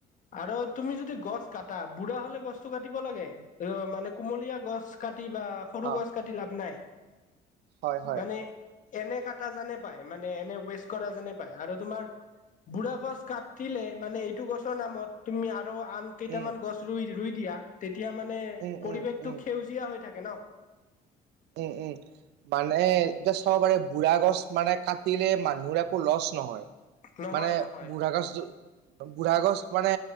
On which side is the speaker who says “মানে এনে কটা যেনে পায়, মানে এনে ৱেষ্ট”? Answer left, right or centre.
Left